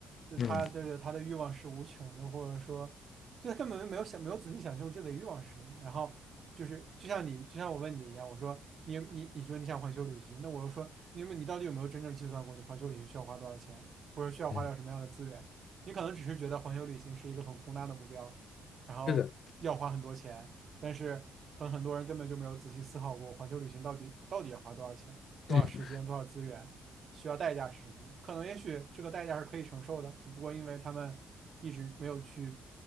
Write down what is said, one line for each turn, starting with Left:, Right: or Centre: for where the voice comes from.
Right: 就他的他的欲望是无穷的，
Left: 嗯
Right: 或者说，就他根本没有想没有仔细想清楚自己的欲望是什么。然后就是就像你就像我问你的一样，我说你你你说你想环球旅行，那我又说你们你到底有没有真正计算过你环球旅行需要花多少钱，或者需要花掉什么样的资源？
Left: 嗯，
Right: 你可能只是觉得环球旅行是一个很宏大的目标，然后要花很多钱。
Left: 是的。
Right: 但是可能很多人根本就没有仔细思考过环球旅行到底到底要花多少钱、多少时间、
Left: 嗯。
Right: 多少资源，需要代价是什么？可能也许这个代价是可以承受的，只不过因为他们一直没有去，